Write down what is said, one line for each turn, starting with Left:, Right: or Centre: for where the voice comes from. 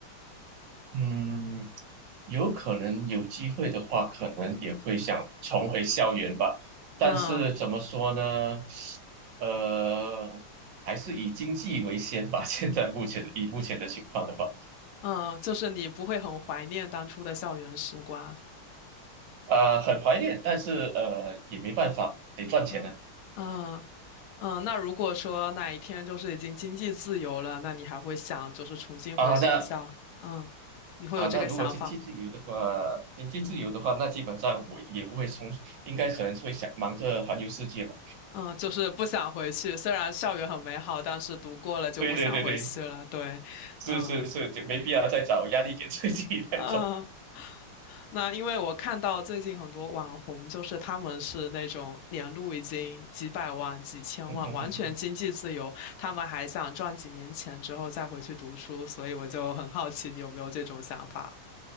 Right: 嗯，有可能有机会的话，可能也会想重回校园吧，但是怎么说呢，
Left: 嗯
Right: 呃，还是以经济为先吧，<laughs> 现在目前以目前的情况的话，
Left: 嗯，就是你不会很怀念当初的校园时光。
Right: 呃，很怀念，但是呃，也没办法，得赚钱呢。
Left: 嗯嗯嗯，那如果说哪一天就是已经经济自由了，那你还会想就是重新回学校？
Right: 啊，那
Left: 嗯，你会有这个想法吗？
Right: 啊，那如果经济自由的话，经济自由的话，
Left: 嗯
Right: 那基本上我也不会从，应该可能会想忙着环游世界吧。
Left: 嗯，就是不想回去。虽然校园很美好，但是读过了就不想回去了。
Right: 对对对对，
Left: 对，
Right: 是是是，
Left: 嗯
Right: 就没必要再找压力给自己 <laughs> 那种。
Left: 嗯。那因为我看到最近很多网红，就是他们是那种年入已经几百万、几千万，
Right: 嗯嗯嗯
Left: 完全经济自由，他们还想赚几年钱之后再回去读书，所以我就很好奇你有没有这种想法？